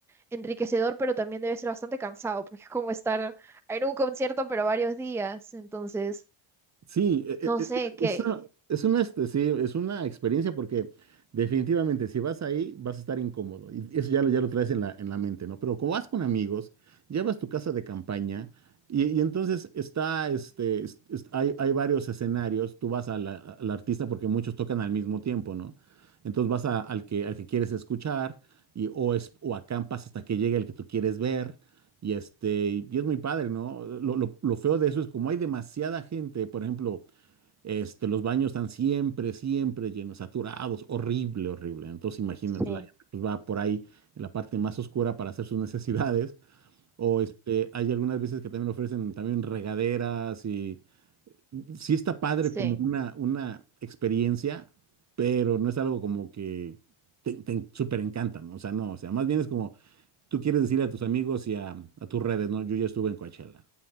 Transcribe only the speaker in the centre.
enriquecedor, pero también debe ser bastante cansado, porque es como estar en un concierto, pero varios días. Entonces,
no
sé
qué.
Sí,
sí,